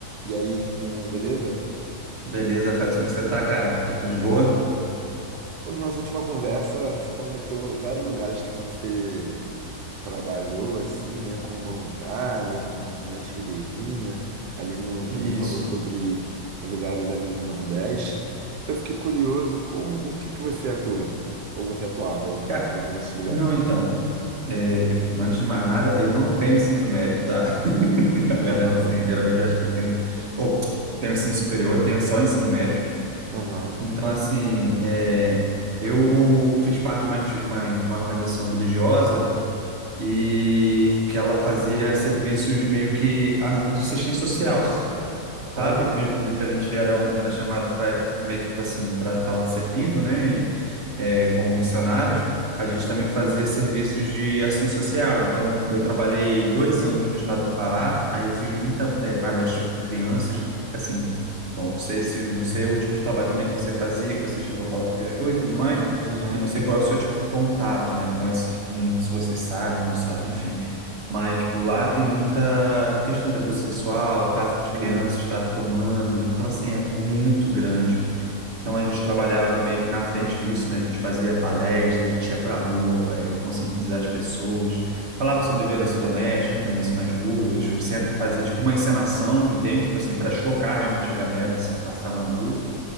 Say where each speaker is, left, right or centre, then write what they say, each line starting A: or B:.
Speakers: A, on the right; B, on the right.
A: E aí, Renan, beleza?
B: Beleza, faz como que você tá, cara? Tudo
A: Tudo
B: de
A: bem.
B: boa?
A: Pô, na nossa última conversa, você comentou vários lugares que você trabalhou, assim, né, como voluntário, uma comunidade ribeirinha, ali no, também
B: Isso.
A: falou sobre os lugares ali no Nordeste. Eu fiquei curioso com o que que você atua, ou você atuava aí, nesse-
B: Cara,
A: aí nesses lugares?
B: não, então. É, antes de mais nada, eu não tenho ensino médio, tá? <laughs> A galera,
A: Aham,
B: assim, geralmente acha que eu tenho. Ou, tenho ensino superior, tenho só ensino médio.
A: aham.
B: Então, assim, é, eu fiz parte de uma, insti- uma, uma organização religiosa e que ela fazia serviços meio que a- de assistência social, sabe?
A: Ah,
B: Ao
A: entendi.
B: mesmo tempo que a gente era, um- era chamado para meio que tipo assim, para estar lá servindo, né? E, é, como missionários, a gente também
A: Aham,
B: fazia serviços de ação social. Então, eu trabalhei dois anos no estado do Pará, aí eu fiz muita é, palestra com crianças, assim, bom, não sei se, não sei o tipo de trabalho também que você fazia, que você chegou a falar que viajou e tudo mais,
A: aham.
B: e não sei qual é o seu tipo de contato, né, com esse, com, se você sabe, não sabe, enfim. Mas por lá tem muita questão de abuso sexual, tráfico de
A: Muito.
B: crianças, tráfico humano. Então,
A: Aham.
B: assim, é muito grande. Então a gente trabalhava meio que na frente disso, né? A gente fazia palestra, a gente ia para a rua, eh, conscientizar as pessoas, falava sobre violência doméstica, também isso nas ruas, encen- fazia tipo uma encenação, entende? Tipo assim, para chocar realmente a galera assim que passava na rua.